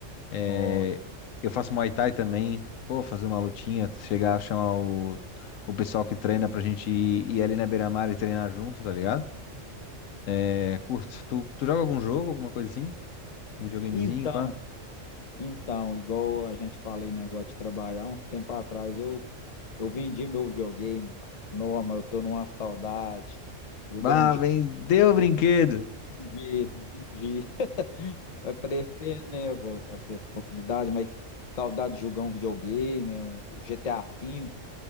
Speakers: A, on the left; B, on the left.
A: É,
B: nossa.
A: eu faço Muay Thai também. Pô, fazer uma lutinha, chegar a chamar o, o pessoal que treina pra gente ir, ir ali na beira-mar e treinar junto, tá ligado? É, curto. Tu, tu joga algum jogo, alguma coisa assim? Um Videogamezinho,
B: Então,
A: pá.
B: Então, igual a gente fala aí, negócio de trabalhar, uns tempo atrás eu, eu vendi meu videogame, cara. Não, mas eu tô numa saudade. Jogar
A: Ah,
B: um dia,
A: vendeu o brinquedo.
B: vendi, vendi. <laughs> Vai parecer, né, velho, essa responsabilidade, mas saudade de jogar um videogame, é um GTA V,